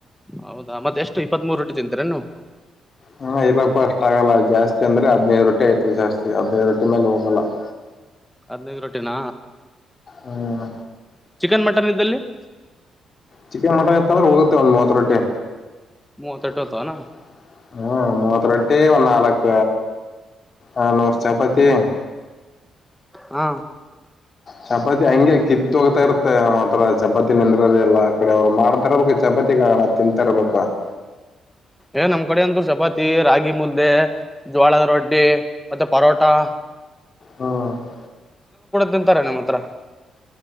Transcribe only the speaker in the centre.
ಹೌದಾ ಮತ್ತೆ ಎಷ್ಟು ಇಪ್ಪತ್ ಮೂರು ರೊಟ್ಟಿ ತಿಂತೀರ ನೀ.. <inaudible>
ಹದ್ನೈದು ರೊಟಿನ
ಚಿಕನ್ ಮಟನ್ ಇದ್ದಲ್ಲಿ. <inaudible>
ಮೂವತ್ತೆರಡು
ಇರ್ತಾವನಾ
ಹಾ. <inaudible>
ಏ ನಮ್ ಕಡೆ ಅಂತೂ ಚಪಾತಿ ರಾಗಿ ಮುದ್ದೆ. <inaudible> ಜೋಳದ ರೊಡ್ಡಿ ಮತ್ತುತ್ತ ಪರೋಟ. <inaudible>
ತಿಂತಾರ ನಮ್ಮ ಹತ್ರ. <inaudible>